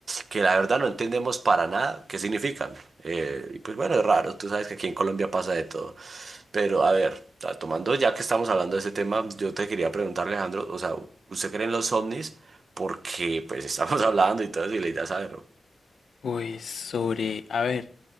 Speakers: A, on the right; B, on the left.
A: que la verdad no entendemos para nada qué significan. Eh, y pues bueno, es raro. Tú sabes que aquí en Colombia pasa de todo. Pero a ver, ta- tomando ya que estamos hablando de ese tema, yo te quería preguntar, Alejandro, o sea, ¿usted cree en los ovnis? Porque pues estamos <laughs> hablando y todo eso y la idea es saberlo.
B: Pues sobre, a ver,